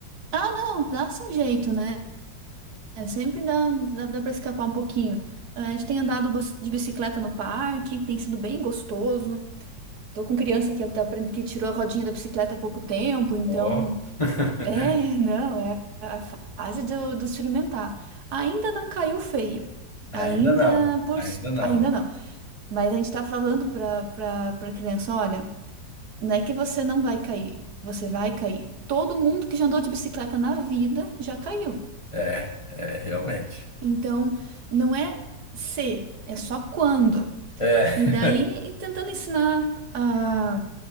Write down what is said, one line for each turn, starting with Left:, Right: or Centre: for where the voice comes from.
Right: Ah, não, dá-se um jeito, né? É, Sempre dá, dá, dá para escapar um pouquinho. Ah, A gente tem andado bas- de bicicleta no parque, tem sido bem gostoso. Tô com criança que, tá, aprend- que tirou a rodinha da bicicleta há pouco tempo, então.
Left: Ó. <laughs>
Right: É, não, é a fase do, do experimentar. Ainda não caiu feio.
Left: Ainda
Right: Ainda
Left: não,
Right: por.
Left: ainda não.
Right: Ainda não. Mas a gente tá falando pra, pra, pra criança: olha, não é que você não vai cair, você vai cair. Todo mundo que já andou de bicicleta na vida já caiu.
Left: É, é, realmente.
Right: Então, não é se, é só quando.
Left: É.
Right: E daí, e tentando ensinar ah,